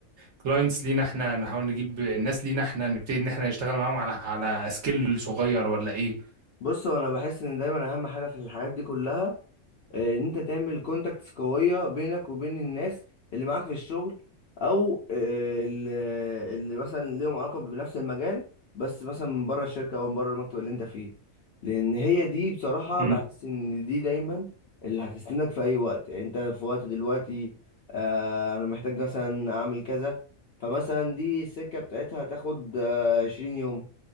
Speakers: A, on the right; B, on the left.
A: كلاينتس لينا إحنا، نحاول نجيب ناس لينا إحنا، نبتدي إن إحنا نشتغل معاهم على على سكيل صغير ولا إيه؟
B: بص هو انا بحس ان دايما اهم حاجة في الحاجات دي كلها آه، ان انت تعمل كونتاكتس قوية بينك وبين الناس اللي معاك في الشغل او آه، اللي اللي مثلا ليهم علاقة بنفس المجال بس مثلا من بره الشركة او من بره المكتب اللي انت فيه لان هي دي بصراحة
A: مم.
B: بحس ان دي دايما اللي هتسندك في اي وقت يعني انت في وقت دلوقتي آه، انا محتاج مثلا اعمل كذا فمثلا دي السكة بتاعتها هتاخد آه، عشرين يوم